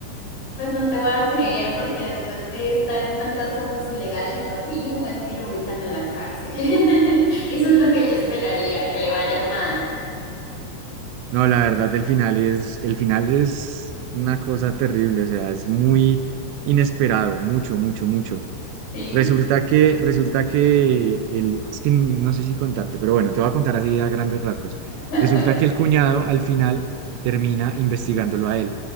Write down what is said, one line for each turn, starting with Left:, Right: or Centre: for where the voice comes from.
Left: Pues no te voy a creer porque después de estar en tantas cosas ilegales, lo mínimo es que lo metan en la cárcel. <laughs> Eso es lo que yo esperaría, que le vaya mal.
Right: No, la verdad, el final es, el final es una cosa terrible, o sea, es muy inesperado, mucho, mucho, mucho.
Left: Sí,
Right: Resulta que, resulta que el, es que no sé si contarte, pero bueno, te voy a contar así a grandes rasgos.
Left: <laughs>
Right: Resulta
Left: bueno.
Right: que el cuñado al final termina investigándolo a él.